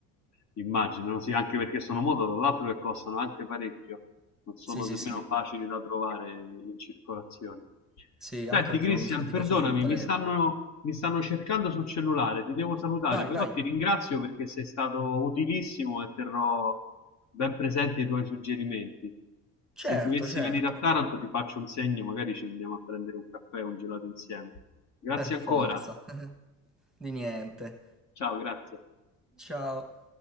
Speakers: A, on the left (about 50°); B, in the centre.
A: Immaginano, sì, anche perché sono moto, tra l'altro che costano anche parecchio, non sono
B: Sì, sì,
A: nemmeno
B: sì,
A: facili da trovare in circolazione.
B: sì,
A: Senti,
B: anche perché
A: Cristian,
B: l'ho vista tipo
A: perdonami,
B: solo sul telefono.
A: mi stanno, mi stanno cercando sul cellulare, ti devo salutare,
B: Vai,
A: però
B: vai,
A: ti ringrazio perché sei stato utilissimo e terrò ben presenti i tuoi suggerimenti.
B: certo,
A: Se dovessi
B: certo,
A: venire a Taranto ti faccio un segno, magari ci andiamo a prendere un caffè o un gelato insieme. Grazie
B: per forza.
A: ancora.
B: <laughs> Di niente.
A: Ciao, grazie.
B: Ciao.